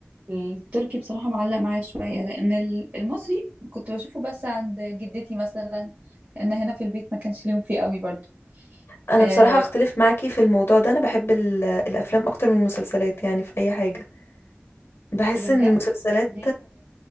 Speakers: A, on the right; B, on the left.
A: التركي بصراحة معلق معايا شوية لأن ال- المصري كنت بشوفه بس عند جدتي مثلا لأن هنا في البيت ما كانش ليهم فيه قوي برضو
B: انا
A: آه
B: بصراحة اختلف معاكي في الموضوع ده انا بحب ال- الافلام اكتر من المسلسلات يعني في اي حاجة بحس
A: إيه ده بجد
B: ان المسلسلات
A: ليه